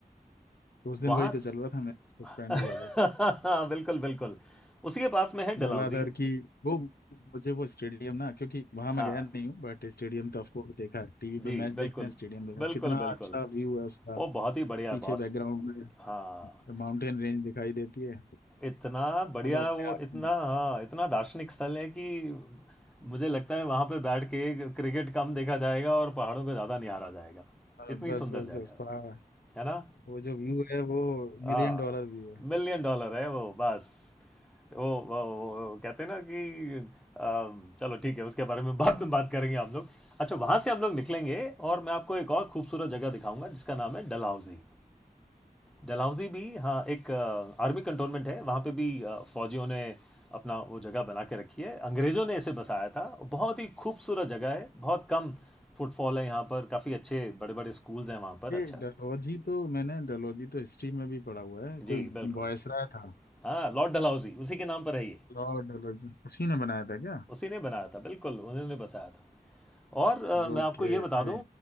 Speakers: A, on the left; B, in the centre.
A: उस दिन
B: वहाँ
A: वही तो
B: स-
A: चल रहा था मैच सस्पेंड
B: <laughs>
A: हुआ
B: बिल्कुल बिल्कुल उसी के पास में है डलहौजी
A: धौलाधर की वो मुझे वो स्टेडियम ना क्योंकि वहां मैं
B: हाँ
A: गया नहीं हूँ बट स्टेडियम तो आपको देखा है टीवी पे
B: जी
A: मैच देखते
B: बिल्कुल
A: हैं स्टेडियम देखा
B: बिल्कुल
A: कितना
B: बिल्कुल
A: अच्छा व्यू है उसका
B: ओ बहुत ही बढ़िया
A: पीछे
B: है बॉस
A: बैकग्राउंड
B: हाँ
A: में माउंटेन रेंज दिखाई देती है
B: इतना बढ़िया
A: वो तो अपने
B: वो
A: आप
B: इतना
A: में
B: हाँ इतना दार्शनिक स्थल है कि मुझे लगता है वहाँ पे बैठ के क्रिकेट कम देखा जाएगा और पहाड़ों को ज़्यादा निहारा जाएगा
A: और
B: इतनी
A: बस
B: सुंदर
A: बस
B: जगह
A: बस
B: है वो
A: पहाड़
B: है ना
A: वो जो व्यू है वो
B: हाँ
A: मिलियन डॉलर व्यू है
B: मिलियन डॉलर है वो बस वो, वो, वो कहते हैं ना कि अम, चलो ठीक है उसके बारे में बाद में बात करेंगे हम लोग अच्छा वहाँ से हम लोग निकलेंगे और मैं आपको एक और खूबसूरत जगह दिखाऊंगा जिसका नाम है डलहौजी डलहौजी भी हाँ एक आ, आर्मी कंटोनमेंट है वहाँ पे भी अ, फौजियों ने अपना वो जगह बना के रखी है अंग्रेज़ों ने इसे बसाया था बहुत ही खूबसूरत जगह है बहुत कम फुटफॉल है यहाँ पर काफ़ी अच्छे बड़े बड़े स्कूल्स हैं वहाँ पर
A: ये
B: अच्छा
A: डलहौजी तो मैंने डलहौजी तो हिस्ट्री में भी पढ़ा हुआ है
B: जी
A: कोई
B: बिल्कुल
A: वायसराय था
B: हाँ लॉर्ड डलहौजी उसी के नाम पर है ये
A: लॉर्ड डलहौजी उसी ने बनाया था क्या
B: उसी ने बनाया था बिल्कुल उन्होंने बसाया था और अ, मैं
A: ओके
B: आपको ये बता
A: तभी
B: दूं